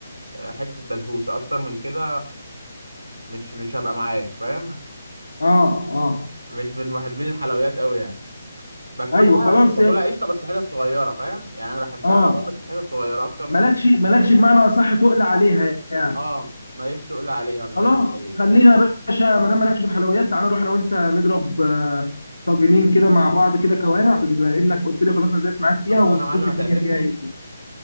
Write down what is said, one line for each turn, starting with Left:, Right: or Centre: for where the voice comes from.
Right: آه، حته بسبوسه اكتر من كده مش مش هبقى معايا فاهم <laughs>
Left: اه اه
Right: مش من محبين الحلويات قوي يعني باكلها
Left: ايوه خلاص
Right: باكلها
Left: يا
Right: قشطه بس حتت صغيره فاهم يعني انا بحبها
Left: اه
Right: اه بس حتت صغيره اكتر
Left: مالكش
Right: من
Left: مالكش بمعنى اصح تقل عليها يعني
Right: اه ماليش تقول عليها الله
Left: خلاص
Right: ينور عليك
Left: خلينا يا باشا ما دام مالكش في الحلويات تعالى نروح انا وانت نضرب آه، طاجنين كده مع بعض كده كوارع بما انك قلت لي خلاص انا دايس معاك فيها
Right: خلصانه
Left: ونشوف
Right: يا معلم هتعزمني
Left: الدنيا فيها ايه